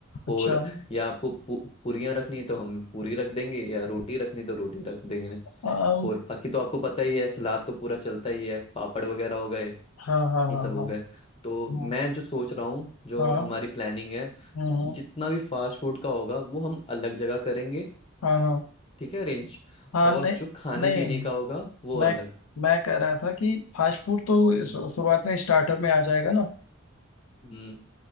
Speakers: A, on the left (about 85°); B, on the left (about 30°).
A: अच्छा
B: और या आपको पू, पूरियां रखनी है तो हम पूरी रख देंगे या रोटी रखनी तो रोटी रख देंगे
A: अम,
B: और बाकी तो आपको पता ही है सलाद तो पूरा चलता ही है पापड़ वगैरह हो गए
A: हाँ हाँ
B: ये
A: हाँ
B: सब हो
A: हाँ
B: गए तो
A: हाँ
B: मैं जो सोच रहा हूँ जो
A: हाँ
B: हमारी
A: हम्म,
B: प्लानिंग है
A: हम्म,
B: जितना भी फास्ट फूड का होगा वो हम अलग जगह करेंगे
A: हाँ हाँ
B: ठीक है अरेंज
A: हाँ
B: और
A: नहीं
B: जो खाने
A: नहीं
B: पीने का होगा वो
A: मैं
B: अलग
A: मैं कह रहा था कि फास्ट फूड तो इस-
B: हम्म
A: शुरुआत में स्टार्टर में आ जाएगा ना
B: हम्म